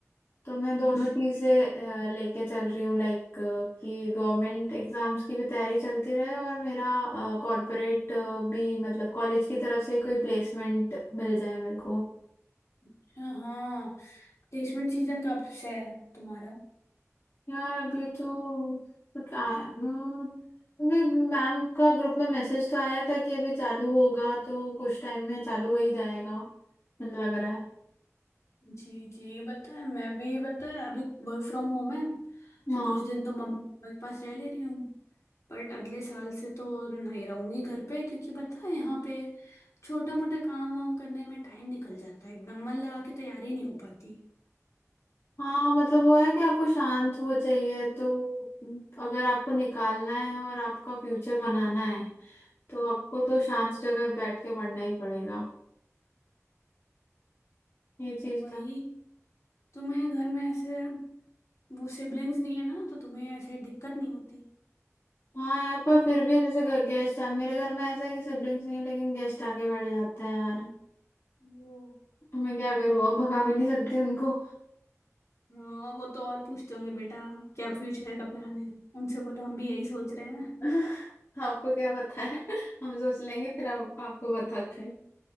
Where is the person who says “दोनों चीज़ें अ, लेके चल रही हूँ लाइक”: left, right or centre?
Left